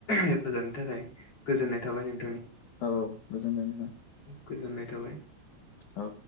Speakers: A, on the left; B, on the left.
A: हेफाजाबनि थाखाय गोजोननाय थाबाय नों
B: औ गोजोनबाय नोंथां
A: गोजोननाय थाबाय
B: औ